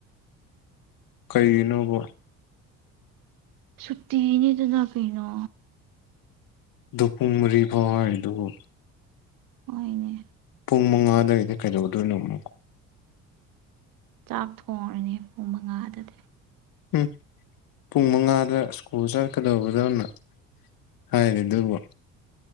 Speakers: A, on the left; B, on the right.
A: ꯀꯔꯤꯒꯤꯅꯣꯕ
B: ꯁꯨꯇꯤꯅꯤꯗꯅ ꯀꯩꯅꯣ
A: ꯗꯨ ꯄꯨꯡ ꯃꯔꯤ ꯐꯥꯎ ꯍꯥꯏꯔꯤꯗꯨꯕꯨ
B: ꯍꯣꯏꯅꯦ
A: ꯄꯨꯡ ꯃꯉꯥꯗꯒꯗꯤ ꯀꯩꯗꯧꯗꯣꯏꯅꯣ ꯑꯃꯨꯛ
B: ꯆꯥꯛ ꯊꯣꯡꯔꯅꯤ ꯄꯨꯡ ꯃꯉꯥꯗꯗꯤ
A: ꯎꯝ ꯄꯨꯡ ꯃꯉꯥꯗ ꯁ꯭ꯀꯨꯜ ꯆꯠꯀꯗꯧꯕ ꯅꯪꯅ ꯍꯥꯏꯔꯤꯗꯨꯕꯨ